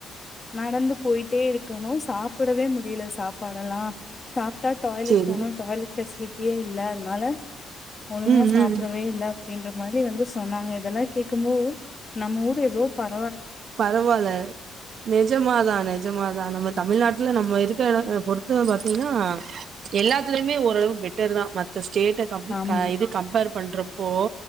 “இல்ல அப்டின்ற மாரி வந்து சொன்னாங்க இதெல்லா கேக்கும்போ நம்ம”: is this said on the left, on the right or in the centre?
Left